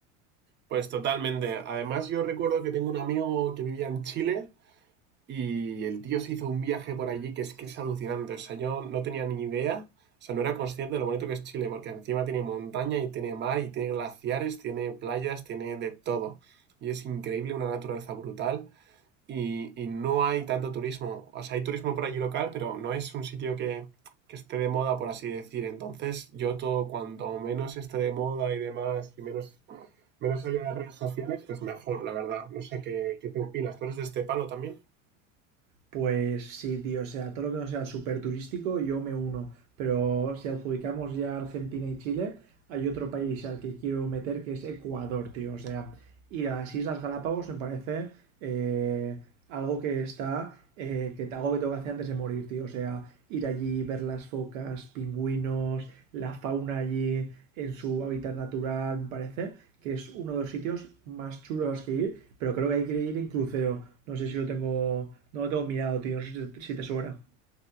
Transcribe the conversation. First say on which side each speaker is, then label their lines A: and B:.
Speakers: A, on the right; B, on the right.
A: Pues totalmente. Además, yo recuerdo que tengo un amigo que vivía en Chile y el tío se hizo un viaje por allí que es que es alucinante. O sea, yo no tenía ni idea, o sea, no era consciente de lo bonito que es Chile, porque encima tiene montaña y tiene mar y tiene glaciares, tiene playas, tiene de todo. Y es increíble, una naturaleza brutal. y, y no hay tanto turismo. O sea, hay turismo por allí local, pero no es un sitio que, que esté de moda, por así decir. Entonces, yo todo, cuanto menos esté de moda y demás, y menos, menos haya de redes sociales, pues mejor, la verdad. No sé qué, qué te opinas. ¿Tú eres de este palo también?
B: Pues sí, tío, o sea, todo lo que no sea súper turístico, yo me uno. Pero si adjudicamos ya Argentina y Chile, hay otro país al que quiero meter que es Ecuador, tío. O sea, y las Islas Galápagos me parece eh, algo que está, eh, que algo que tengo que hacer antes de morir, tío. O sea, ir allí, ver las focas, pingüinos, la fauna allí en su hábitat natural, me parece que es uno de los sitios más chulos a los que ir, pero creo que hay que ir en crucero. No sé si lo tengo, no lo tengo mirado, tío, no sé si te, si te suena.